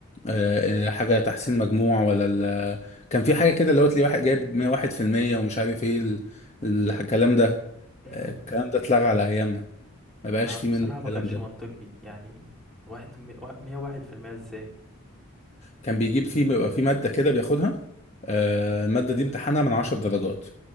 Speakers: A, on the left (about 35°); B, in the centre.
A: آه، حاجة تحسين مجموع ولا ال... كان في حاجة كده اللي هو تلاقي واحد جايب 101% ومش عارف ايه ال... الكلام ده
B: مم.
A: آه، الكلام ده اتلغى على ايامنا ما بقاش
B: آه،
A: فيه منه
B: بصراحة
A: الكلام
B: ما كانش
A: ده
B: منطقي يعني واحد مية واحد في المية ازاي
A: كان بيجيب فيه بيبقى فيه ماده كده بياخدها آه، الماده دي امتحانها من 10 درجات